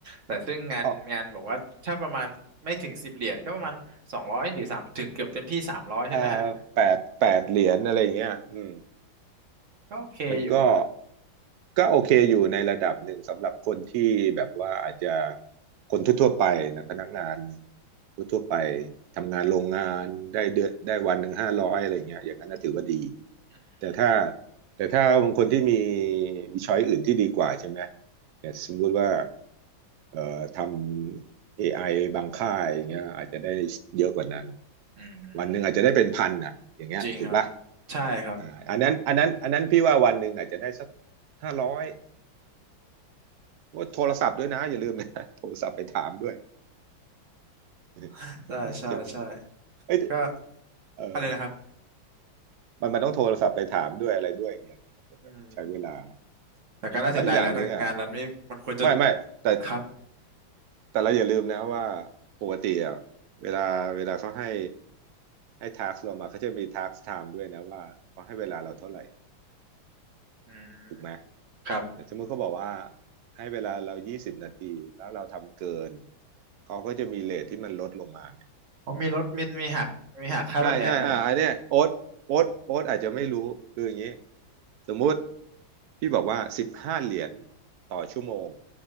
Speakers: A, on the right; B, on the right.
A: แต่ซึ่งงานงานบอกว่าถ้าประมาณไม่ถึงสิบเหรียญก็ประมาณสองร้อยหรือสามถึงเกือบเต็มที่สามร้อยใช่ไหมฮะ
B: ก็อ่าแปดแปดเหรียญอะไรเงี้ยอืม
A: ก็โอเคอยู่ฮะ
B: มันก็ก็โอเคอยู่ในระดับหนึ่งสำหรับคนที่แบบว่าอาจจะคนทั่วๆไปนะพนักงานทั่วๆไปทำงานโรงงานได้เดือนได้วันหนึ่งห้าร้อยอะไรเงี้ยอย่างนั้นน่ะถือว่าดี
A: อื
B: แต่ถ้า
A: ม
B: แต่ถ้าบางคนที่มีมีช้อยอื่นที่ดีกว่าใช่ไหมแต่สมมุติว่าเอ่อทำ AI บางค่ายอย่างเงี้ยอาจจะได้เยอะกว่านั้น
A: อื
B: วันหนึ่งอาจจะได้เป็นพันอ่ะอย่างเงี้ยถูกป่ะ
A: มจริงครับใช่ครับ
B: อ่าอันนั้นอันนั้นอันนั้นพี่ว่าวันหนึ่งอาจจะได้สักห้าร้อยว่าโทรศัพท์ด้วยนะอย่าลืมนะ <laughs> โทรศัพท์ไปถามด้วย <laughs>
A: <laughs> ใช่ใช่ใช่
B: ใช่ไหมเอ้ย
A: ก็
B: เออ
A: อะไรนะครับ
B: มันมันต้องโทรศัพท์ไปถามด้วยอะไรด้วยเงี้ยอาจจะแบบใช้เวลา
A: อืมแต่ก็น่าเสียดายแล้วถ้างานนั้นไม่มันควรจะ
B: แล้วอย่างหนึ่งอ่ะไม่ไม่แต่
A: ครับ
B: แต่เราอย่าลืมนะว่าปกติอ่ะเวลาเวลาเขาให้ให้ทักเรามาเขาจะมีทักไทม์ด้วยนะว่าเขาให้เวลาเราเท่าไหร่
A: อืม
B: ถูกไหม
A: ครับ
B: เดี๋ยวสมมติเขาบอกว่าให้เวลาเรายี่สิบนาทีแล้วเราทำเกินเขาก็จะมีเรทที่มันลดลงมาไง
A: อ๋อมีลดมีมีหักมีหักค่าตอบแทนด้วยฮะ
B: ใช่ใช่อ่าอันเนี้ยโอ๊ตโอ๊ตโอ๊ตอาจจะไม่รู้คืออย่างนี้สมมุติพี่บอกว่าสิบห้าเหรียญต่อชั่วโมง